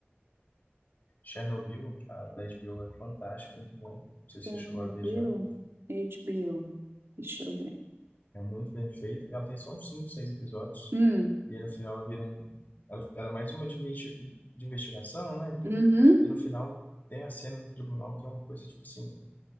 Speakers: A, on the left; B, on the right.
A: Chernobyl, a da HBO, é fantástica, é muito bom. Não sei
B: Chernobyl,
A: se você chegou a ver já.
B: HBO. Deixa eu ver.
A: É muito bem feita. Ela tem só uns 5, 6 episódios.
B: Hum.
A: E aí no final ela vira um. Ela, ela é mais uma de, investi- de investigação, né? E tudo.
B: Uhum.
A: E no final tem a cena do tribunal, que é uma coisa, tipo assim,